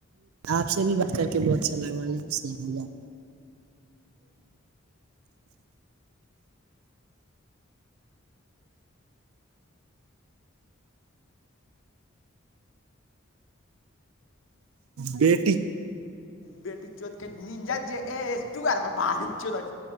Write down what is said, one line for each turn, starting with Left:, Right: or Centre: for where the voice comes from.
Right: آپ سے بھی بات کر کے بہت اچھا لگوا بیٹی <inaudible>
Left: بیٹی چت کے جات